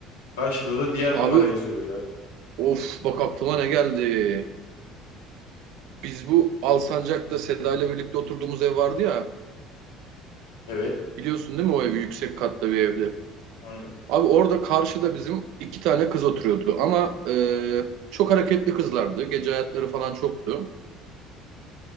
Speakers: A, on the left; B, on the right.
A: Karşıda da diğer
B: Abi
A: numara yazıyor yani.
B: of bak aklıma ne geldi. Biz bu Alsancak'ta Seda ile birlikte oturduğumuz ev vardı ya.
A: Evet.
B: Biliyorsun değil mi o evi yüksek katlı bir evdi.
A: Aynen.
B: Abi orada karşıda bizim iki tane kız oturuyordu ama e, çok hareketli kızlardı. Gece hayatları falan çoktu.